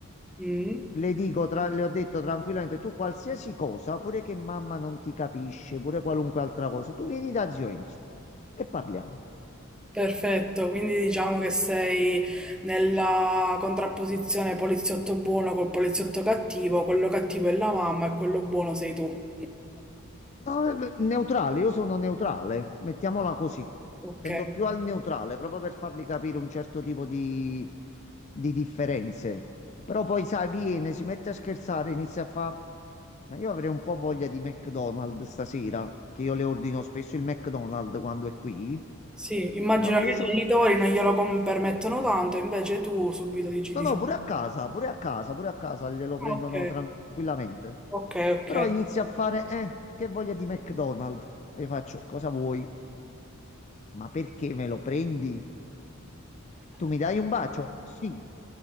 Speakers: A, in the centre; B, on the left.
A: Mm.
B: Le dico, tra- le ho detto tranquillamente, tu qualsiasi cosa, pure che mamma non ti capisce, pure qualunque altra cosa, tu vieni da zio Enzo e parliamo.
A: Perfetto, quindi diciamo che sei nella contrapposizione poliziotto buono col poliziotto cattivo, quello cattivo è la mamma e quello buono sei tu.
B: No, eh, neutrale, io sono neutrale, mettiamola così.
A: Ok.
B: Tendo
A: ok.
B: più al neutrale, proprio per fargli capire un certo tipo di, di differenze. Però poi, sai, viene, si mette a scherzare, inizia a fa... Ma io avrei un po' voglia di McDonald's stasera, che io le ordino spesso il McDonald's quando è qui.
A: Sì, immagino
B: No, ma
A: che
B: io
A: i
B: c'ho...
A: genitori non glielo com- permettono tanto, invece tu subito dici
B: No,
A: di
B: no,
A: sì.
B: pure a casa, pure a casa, pure a casa glielo prendono
A: Ok,
B: tranquillamente.
A: ok, ok.
B: Però inizia a fare, eh, che voglia di McDonald's. E faccio, cosa vuoi? Ma perché me lo prendi? Tu mi dai un bacio? Sì.